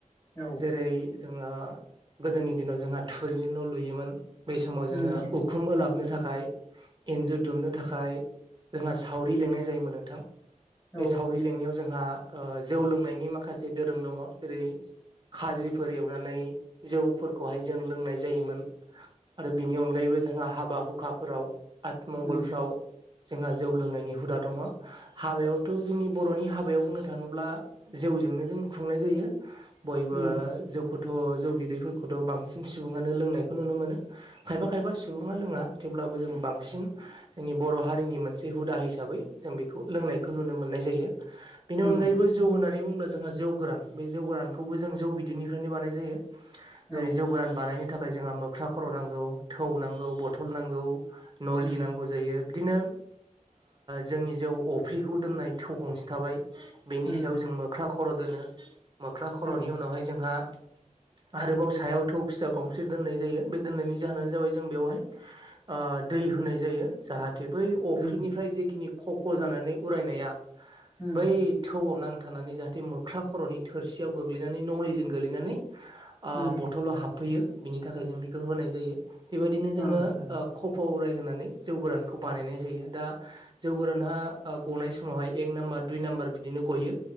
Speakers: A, on the left (about 20°); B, on the right (about 35°).
A: उम औ
B: जेरै जोङो गोदोनि दिनाव जोंहा थुरिनि न' लुयोमोन बै समाव जोङो
A: उम
B: उखुम उलाब नो थाखाय एन्जुर दुमनो थाखाय जोंहा सावरि लिनाय जायोमोन नोंथां
A: औ
B: बे सावरि लेंनायाव जोंहा जौ लोंनायनि माखासे दोरों दङ जेरै खाजिफोर एवनानै जौफोरखौहाय जों लोंनाय जायोमोन आरो बेनि अनगायैबो बे जोंहा हाबा हुखाफोराव आतमंगलफ्राव
A: उम
B: जोंहा जौ लोंनायनि हुदा दङ हाबायावथ' जोंनि बर'नि हाबायाव बुंनो थाङोब्ला जौ जौ जोंनो खुंनाय जायो बयबो
A: उम
B: जौ थ' जौ बिदैफोरखौथ' बांसिन सुबुङानो लोंनायखौ नुनो मोनो खायफा खायफा सुबुङा लोङा थेवब्लाबो जों बांसिन जोंनि बर' हारिनि मोनसे हुदा हिसाबै जों बेखौ लोंनायखौ नुनो मोननाय जायो बेनि
A: उम
B: अनगायैबो जौ होननानै बुं होनोमब्ला जोंहा जौ गोरान बे जौ गोरानखौबो जों जौ बिदैनिफ्रायनो बानाय नाय जायो जेरै
A: औ
B: जौ गोरान बानायनो थाखाय जोंहा मोख्रा खर' नांगौ थौ नांगौ बथल नांगौ नलि
A: उम
B: नांगौ जायो बिदिनो जोंनि जौ अफ्रिखौ दोननाय थौ गंसे थाबाय बेनि
A: उम
B: सायाव जों मोख्रा खर' दोनो मोख्रा खर'नि
A: औ
B: उनावहाय जोंहा आरोबाव सायाव थौ फिसा गंसे दोननाय जायो बे दोननायनि जाहोनानो जाबाय जों बेवहाय दै होनाय जायो जाहाथे बै अफ्रिनिफ्राय
A: उम
B: जेखिनि खफ ख' जानानै उरायनाया
A: उम
B: बै थौआव नां थानानै जाहाथे मोख्रा खर'नि थोरसियाव गोग्लैनानै नलिजों गोग्लैनानै
A: उम
B: बथलाव हाबफैयो बिनि थाखाय जों बेखौ होनाय जायो बेबायदि जोङो
A: अ अ
B: खफ'उरायनानै जौ गोरानखौ बानायनाय जायो दा जौ गोराना गनाय समावहाय एक नाम्बार दुइ नाम्बार बिदिनो गयो